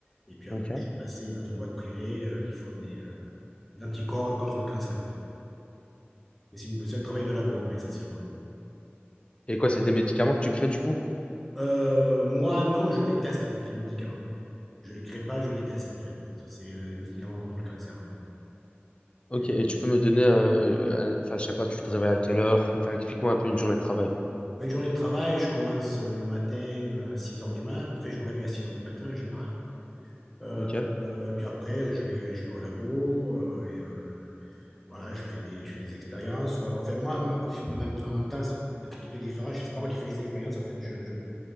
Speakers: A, in the centre; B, on the left.
A: et puis après,
B: Ok.
A: je suis passé dans une boîte privée euh, qui font des, euh, des anticorps contre le cancer, en fait. Et c'est une- c'est un travail de labo, ouais, essentiellement.
B: Et quoi, c'est des médicaments que tu crées, du coup?
A: Euh, moi, non, je les teste, en fait, les médicaments. Je les crée pas, je les teste, en fait. Ça, C'est euh, les médicaments contre le cancer, en fait.
B: Ok,
A: Et
B: et tu peux me donner, euh, euh, euh, enfin, je sais pas, tu te réveilles à quelle heure? Enfin, explique-moi un peu une journée de travail.
A: une journée de travail, je commence euh, le matin à 6 heures du mat. Enfin, je me réveille à 6 heures du matin, en général. Euh,
B: Ok,
A: euh, puis après, je vais, je vais au labo. euh, et, euh, voilà, je fais des, je fais des expériences. Ou alors, enfin, moi, moi, en même, en même temps, c'est un petit peu différent. C'est pas moi qui fais les expériences. En fait, je, je,